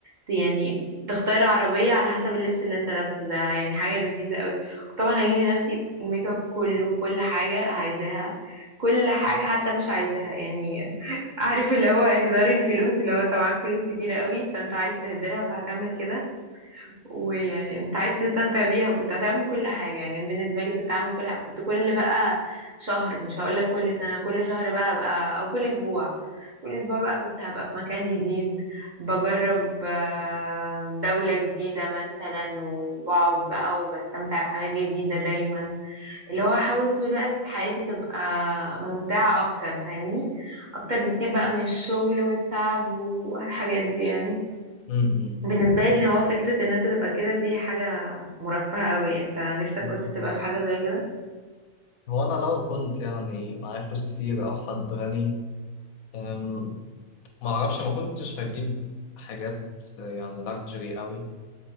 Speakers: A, on the right (about 45°); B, on the left (about 80°).
A: ت- يعني تختار عربية على حسب اللبس اللي انت لابسه ده يعني حاجة لذيذة قوي طبعا هجيب لنفسي الميك اب كله كل حاجة عايزاها كل حاجة حتى مش عايزاها يعني عارف اللي هو اهدار الفلوس اللي هو انت معاك فلوس كتيرة قوي فانت عايز تهدرها فهتعمل كده ويعني انت عايز تستمتع بيها وكنت هتعمل كل حاجة يعني بالنسبة لي كنت هعمل كل حاجة كنت كل بقى شهر مش هقول لك كل سنة كل شهر بقى هبقى او كل اسبوع كل اسبوع بقى كنت هبقى في مكان جديد بجرب آه، دولة جديدة مثلا وبقعد بقى وبستمتع بحاجات جديدة دايما اللي هو احاول طول الوقت حياتي تبقى ممتعة اكتر فاهمني اكتر بكتير بقى من الشغل والتعب والحاجات دي يعني
B: م-
A: بالنسبة لي ان هو فكرة ان انت تبقى كده دي حاجة مرفهة قوي انت نفسك
B: م.
A: كنت تبقى في حاجة زي كده
B: هو انا لو كنت يعني معايا فلوس كتير او حد غني أم، ما اعرفش ما كنتش هجيب حاجات يعني لاكجري قوي